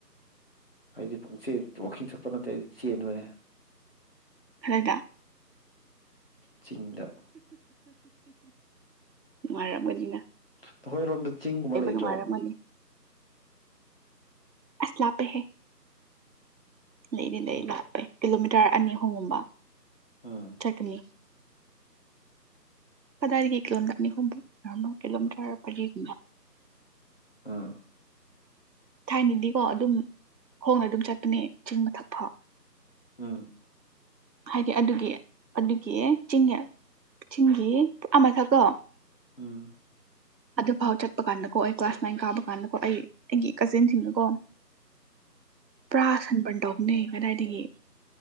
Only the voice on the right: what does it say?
ꯐꯔꯗ
ꯉꯥꯏꯔꯝꯒꯅꯤ
ꯅꯨꯡꯉꯥꯏꯔꯝꯒꯅꯤ ꯑꯁ ꯂꯥꯞꯄꯦ ꯍꯦ ꯂꯩꯅꯤ ꯂꯩ
ꯂꯥꯞꯄꯦ ꯀꯂꯣꯃꯤ <unintelligible> ꯑꯅꯤ ꯑꯍꯨꯝ ꯒꯨꯝꯕ
ꯆꯠꯒꯅꯤ ꯀꯗꯥꯢꯗꯒꯤ ꯀꯤꯂꯣꯃꯤꯇꯔ ꯑꯅꯤ ꯑꯍꯨꯝ ꯃ ꯀꯤꯂꯣꯃꯤꯇꯔ ꯄ <unintelligible>
ꯊꯥꯏꯅꯗꯤꯀꯣ ꯑꯗꯨꯝ ꯈꯣꯡꯅ ꯑꯗꯨꯝ ꯆꯠꯄꯅꯦ ꯆꯤꯡ ꯃꯊꯛ ꯊꯥ
ꯍꯥꯏꯗꯤ ꯑꯗꯨꯒꯤ ꯑꯗꯨꯒꯤ ꯆꯤꯡꯉꯜ ꯊꯤꯡꯒꯤ ꯑꯃꯃꯥꯏ ꯊꯀꯣ
ꯑꯗꯨꯐꯥꯎ ꯆꯠꯄ ꯀꯥꯟꯗꯀꯣ ꯑꯩ ꯀ꯭ꯂꯥꯁ ꯅꯥꯏꯟ ꯀꯥꯕ ꯀꯥꯟꯗꯀꯣ ꯑꯩ ꯑꯩꯒꯤ ꯀꯥꯖꯤꯟꯁꯤꯡꯅꯀꯣ ꯄꯨꯔꯥ ꯁꯟꯄꯟ ꯇꯧꯅꯦ ꯀꯗꯥꯏꯗꯒꯤ